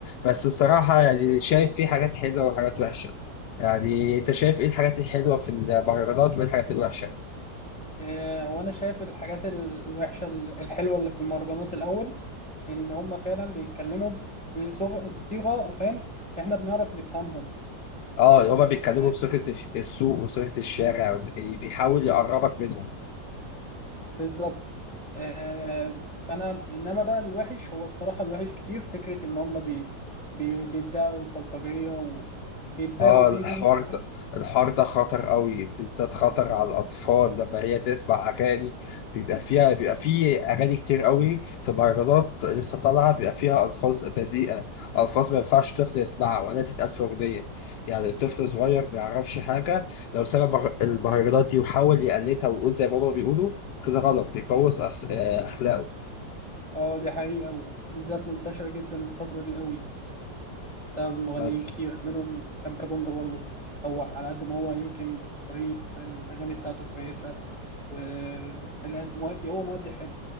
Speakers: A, on the left; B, in the centre.
A: بس الصراحة يعني شايف فيه حاجات حلوة وحاجات وحشة يعني انت شايف ايه الحاجات الحلوة في المهرجانات وايه الحاجات الوحشة؟
B: آه، وانا شايف الحاجات ال- الوحشه ال- الحلوه اللي في المهرجانات الاول ان هم فعلا بيتكلموا بصغ- بصيغه فاهم احنا بنعرف نفهمهم
A: اه هما بيتكلموا
B: آه،
A: بصيغة الش- السوق وصيغة الشارع بي- بيحاول يقربك منهم
B: بالظبط آه، فانا انما بقى الوحش هو الصراحه الوحش كتير فكره ان هم بي بي بيدعوا البلطجيه وبيتباهوا
A: اه
B: بيهم
A: الحوار
B: فاهم؟
A: ده الحوار ده خطر قوي بالذات خطر على الاطفال لما هي تسمع اغاني بيبقى فيها بيبقى فيه اغاني كتير قوي في مهرجانات لسه طالعه بيبقى فيها الفاظ بذيئه الفاظ ما ينفعش طفل يسمعها ولا تتقال في اغنيه يعني طفل صغير ما يعرفش حاجه لو سمع مهر- المهرجانات دي وحاول يقلدها ويقول زي ما هما بيقولوا كده غلط بيبوظ أخ- آه، اخلاقه
B: اه دي حقيقه وبالذات منتشره جدا الفتره دي قوي بسبب مغنيين
A: بس
B: كتير منهم اسلام كابونجا برضه هو على قد ما هو يمكن طريقة الأغاني بتاعته كويسة والمؤدي هو مؤدي حلو